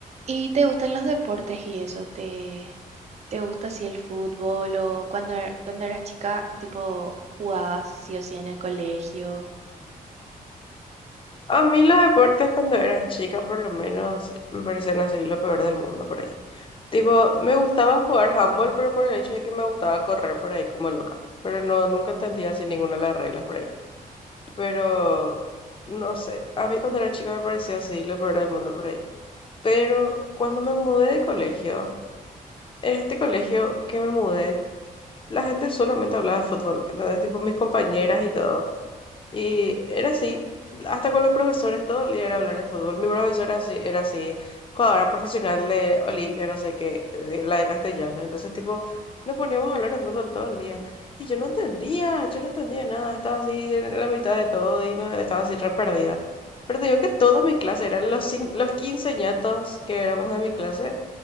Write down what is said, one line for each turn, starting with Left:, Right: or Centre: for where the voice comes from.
Right: ¿Y te gustan los deportes y eso? ¿Te, te gusta así el fútbol o cuando, er- cuando eras chica, tipo, jugabas sí o sí en el colegio?
Left: A mí los deportes cuando era chica, por lo menos, me parecían así lo peor del mundo por ahí. Tipo, me gustaba jugar handball, pero por el hecho de que me gustaba correr por ahí como loca. Pero no, nunca entendía así ninguna de las reglas por ahí. Pero, no sé, a mí cuando era chica me parecía así lo peor del mundo por ahí. Pero cuando me mudé de colegio, en este colegio que me mudé, la gente solamente hablaba de fútbol. Entonces, tipo, mis compañeras y todo. Y era así, hasta con los profesores, todo el día era hablar de fútbol. Mi profesora así- era así, jugadora profesional de Olimpia, no sé qué, de la de castellano. Entonces, tipo, nos poníamos a hablar de fútbol todo el día. Y yo no entendía, yo no entendía nada, estaba así en la mitad de todo y no, estaba así re perdida. Pero te digo que todas mis clases, eran los, cin- los quince quinceañatos que éramos de mi clase,